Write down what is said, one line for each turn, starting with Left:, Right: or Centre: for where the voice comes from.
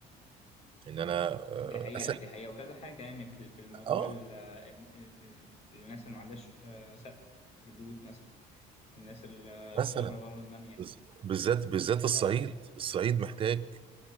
Right: ان انا آه،
Left: دي حقيقة
Right: اساهم
Left: دي حقيقة وكذا حاجة يعني في في الموضوع
Right: اه
Left: ال- ال- ال- الناس اللي ما عندهاش آه، سقف في البيوت مثلا الناس القرى
Right: مثلا
Left: ورا النامية
Right: بز- بالذات بالذات الصعيد
Left: آه،
Right: الصعيد محتاج